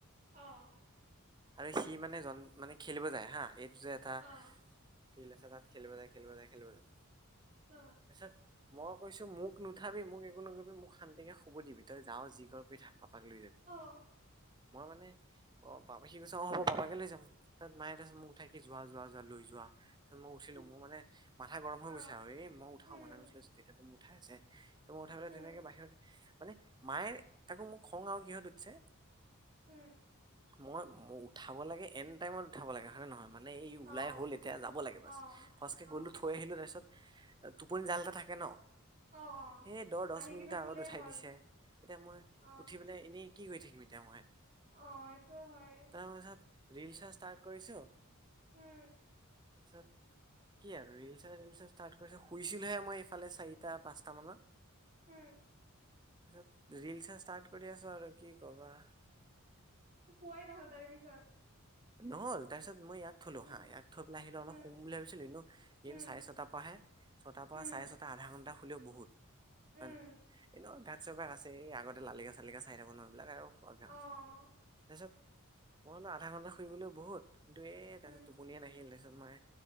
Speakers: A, on the right; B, on the right.
A: অ'।
B: আৰু সি মানে জন মানে খেলিব যায় হা, এইটো যে এটা
A: অ
B: ফিল্ড আছে তাত খেলিব যায়, খেলিব যায়, খেলিব যায়।
A: অ'।
B: তাৰপিছত মই কৈছোঁ মোক নুঠাবি, মোক একো নকবি, মোক শান্তিকে শুব দিবি, তই যাওঁ যি কৰ কৰি থাক, পাপাক লৈ যাবি।
A: অ'।
B: মই মানে অ পাপা সি কৈছে অ' হ'ব পাপাকে লৈ যাম পিছত মায়ে তাৰপিছত মোক উঠাই কি যোৱা যোৱা যোৱা লৈ যোৱা। তাৰপিছত মই উঠিলোঁ,
A: ইচ
B: মোৰ মানে মাথা গৰম হৈ
A: অ
B: গৈছে আৰু এই মই উঠাও
A: উম
B: মানে গৈছিলো তেতিয়াতো মোৰ উঠাই আছে। মই উঠাই পেলাই
A: উম
B: ধুনীয়াকে বাহিৰত, মানে মায়ে তাকো মোক খং আৰু কিহত উঠছে
A: হু।
B: মই মোক উঠাব লাগে, এন টাইমত উঠাব লাগে হয়নে নহয়? মানে এই
A: অ',
B: ওলাই হ'ল এতিয়া যাব লাগে
A: অ',
B: বাছ, ফৰ্চকে
A: অ',
B: গ'লো, থৈ আহিলোঁ তাৰপিছত টোপনি জাল এটা থাকে ন'?
A: অ', অ'।
B: সেই দহ দহ
A: আহি
B: মিনিটৰ
A: কিনে শুলেই
B: আগত উঠাই
A: হ'ল
B: দিছে, এতিয়া মই
A: অ',
B: উঠি পেলাই এনেই কি কৰি থাকিম এতিয়া মই।
A: অ', এইটোও হয়।
B: তাৰপিছত ৰিলচ চা ষ্টাৰ্ট কৰিছোঁ
A: উম।
B: তাৰপিছত কি আৰু ৰিলছ চাই ৰিলছ চাই ষ্টাৰ্ট কৰিছোঁ, শুইছিলোহে মই এইফালে চাৰিটা পাঁচটা মানত।
A: হু।
B: পিছত ৰিলছ চা ষ্টাৰ্ট কৰি দি আছোঁ আৰু কি ক'বা।
A: মোৰ শুৱাই নহ'ল তাৰে পিছত।
B: নহ'ল? তাৰপিছত মই ইয়াক থলোঁ
A: উম,
B: হা, ইয়াক থৈ পেলাই আহিলোঁ অলপ
A: উম,
B: শুম বুলি ভাবিছিলোঁ, এনেও
A: উম,
B: চাৰে ছয়টাৰ পৰাহে ছটাৰ
A: উম,
B: পৰা চাৰে ছটা আধা ঘণ্টা শুলেও বহুত।
A: উম।
B: হয় ন, এনেও গাছজোপা আছে এই আগতে লালিকা - চালিকা চাই থাকো ন এইবিলাক আৰু <unintelligible>
A: অ',
B: তাৰপিছত মই বোলো আধা ঘন্টা শুই গলেও বহুত কিন্তু এই তাৰপিছত
A: উম,
B: টো পনিয়ে নাহিল তাৰপিছত মই